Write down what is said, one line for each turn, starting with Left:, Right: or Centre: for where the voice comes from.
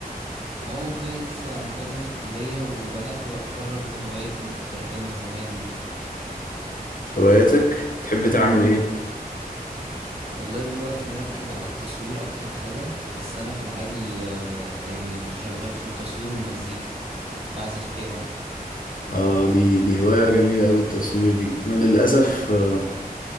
Right: اه والله لسه مخلص كلية وبدأت بقى اتفرغ لهواياتي اللي كنت راكنها زمان دي
Left: هواياتك تحب تعمل ايه
Right: والله دلوقتي مركز على التصوير اكتر حاجة بس انا في العادي آه، يعني شغال في التصوير والمزيكا بعزف بيانو
Left: اه دي دي هواية جميلة قوي التصوير دي انا للاسف آه،